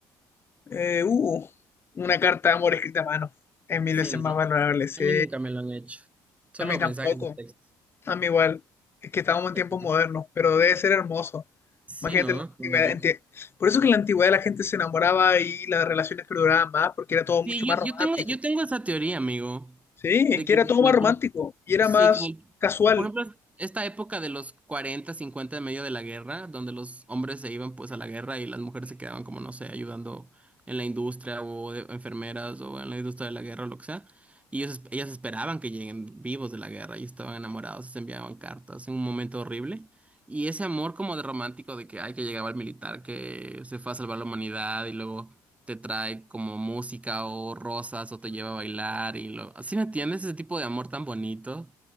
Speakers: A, on the left; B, on the right.
A: Eh, uh, una carta de amor escrita a mano. Es mil
B: Sí,
A: veces
B: ¿no?
A: más valorable, sí.
B: A mí nunca me lo han hecho. Solo
A: A mí tampoco.
B: mensajes de texto.
A: A mí igual. Es que estamos en
B: Qué
A: tiempos
B: triste.
A: modernos, pero debe ser hermoso.
B: Sí,
A: Imagínate
B: ¿no?
A: la antigüedad.
B: Como-
A: enti- Por eso que en la antigüedad la gente se enamoraba y las relaciones perduraban más, porque era todo
B: Sí,
A: mucho más
B: yo, yo
A: romántico.
B: tengo, yo tengo esa teoría, amigo,
A: Sí,
B: de
A: es que
B: que
A: era
B: en
A: todo más
B: algún-
A: romántico y era
B: Sí,
A: más
B: que,
A: casual,
B: por ejemplo, esta época de los 40 50 en medio de la guerra, donde los hombres se iban pues a la guerra y las mujeres se quedaban como, no sé, ayudando en la industria o de- enfermeras o en la industria de la guerra o lo que sea. Y ellos, ellas esperaban que lleguen vivos de la guerra y estaban enamorados, se enviaban cartas en un momento horrible. Y ese amor como de romántico de que, ay, que llegaba el militar, que se fue a salvar la humanidad y luego te trae como música o rosas o te lleva a bailar y lo... ¿Sí me entiendes? Ese tipo de amor tan bonito,